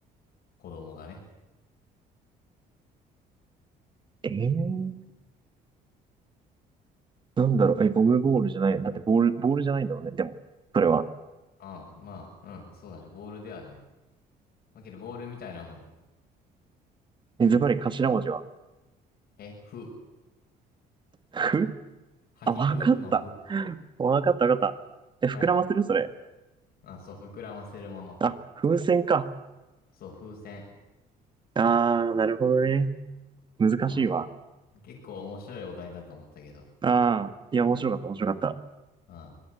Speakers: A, on the left; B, on the right.
A: 子供がね。
B: えー、なんだろう。え、ゴムボールじゃない。だってボール、ボールじゃないんだもんね。でも、それは。
A: ああ、まあ、うん、そうだね、ボールではない。だけど、ボールみたいなもん。
B: え、ズバリ頭文字は。
A: え、ふ、
B: ふ
A: はひふのふ。
B: あ、わかった。わかったわかった。え、
A: はい。
B: 膨らませるそれ。
A: あ、そう、膨らませるもの。
B: あ、風船か。
A: そう、風船。
B: あー、なるほどね。難しいわ。
A: うん、結構面白いお題だと思ったけど。
B: ああ、いや、面白かった、面白かった。
A: うん。